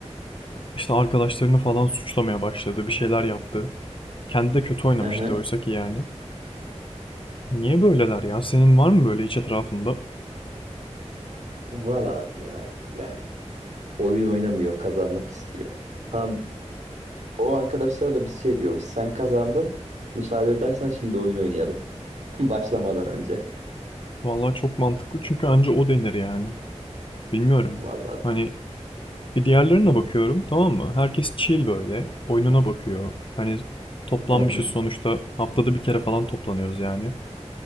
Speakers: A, on the left; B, on the right.
A: İşte arkadaşlarını falan suçlamaya başladı bir şeyler yaptı. Kendi de kötü oynamıştı
B: hı hı.
A: oysa ki yani. Niye böyleler ya? Senin var mı böyle hiç etrafında?
B: Var abi ya. Yani oyun oynamıyor, kazanmak istiyor. Tam o arkadaşlara da biz şey diyoruz. Sen kazandın. Müsaade edersen şimdi oyun oynayalım. <laughs> Başlamadan önce.
A: Vallahi çok mantıklı çünkü anca o denir yani. Bilmiyorum.
B: Vallahi.
A: Hani bir diğerlerine
B: Hı
A: bakıyorum tamam mı? Herkes chill böyle. Oyununa bakıyor. Hani toplanmışız
B: hı,
A: sonuçta. Haftada bir kere falan toplanıyoruz yani.